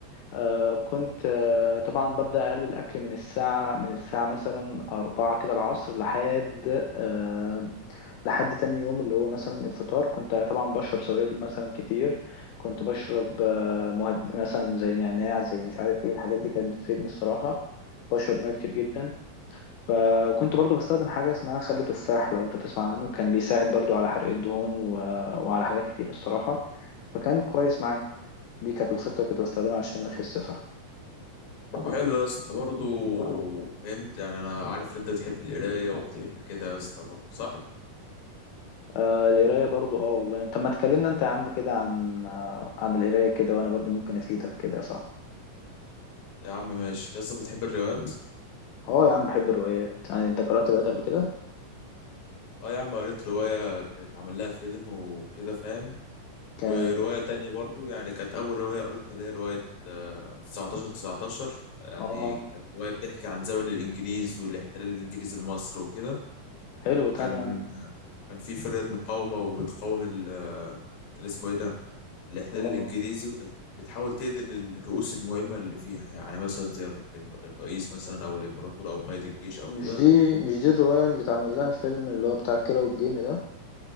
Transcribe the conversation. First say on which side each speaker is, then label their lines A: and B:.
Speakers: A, on the left (about 80°); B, on the left (about 55°).
A: آه كنت آه طبعا ببدا اقلل الاكل من الساعه من الساعه مثلا أربعة كده العصر لحد آه لحد تاني يوم اللي هو مثلا الفطار كنت طبعا بشرب سوائل مثلا كتير كنت بشرب آه، مهد... مثلا زي نعناع زي مش عارف ايه الحاجات دي كانت بتفيدني الصراحة بشرب ميه كتير جدا ف... وكنت برضو بستخدم حاجة اسمها خل تفاح لو انت تسمع عنه كان بيساعد برضو على حرق الدهون و... وعلى حاجات كتير الصراحة فكان كويس معايا دي كانت الخطة اللي كنت بستخدمها عشان أخس صح
B: طب حلو يا اسطى برضه فهمت يعني انا عارف ان انت بتحب القراية وبتحب كده يا اسطى برضه صح
A: آه القراية برضو اه والله انت ما تكلمنا انت يا عم كده عن آه عن القراية كده وانا برضو ممكن افيدك كده صح
B: يا عم ماشي يا اسطى انت بتحب الروايات
A: اه يا عم بحب الروايات يعني انت قرأت روايات قبل كده
B: اه يا عم قريت رواية كانت عامل لها فيلم وكده فاهم
A: ك...
B: ورواية تانية برضو يعني كانت أول رواية قريتها اللي هي رواية آه، تسعتاشر تسعتاشر يعني
A: اه
B: كانت رواية بتحكي عن زمن الإنجليز والاحتلال الإنجليزي لمصر وكده
A: حلو
B: وكان
A: ده انا
B: كان في فرقة مقاومة وبتقاوم ال آه، اللي اسمه إيه ده الاحتلال
A: اه
B: الإنجليزي وكانت بت- بتحاول تقتل الرؤوس المهمة اللي فيها يعني مثلا زي الر- الرئيس مثلا أو الإمبراطور أو قائد الجيش أو
A: مش
B: كده
A: دي مش دي الرواية اللي اتعمل لها فيلم اللي هو بتاع كيرة والجن ده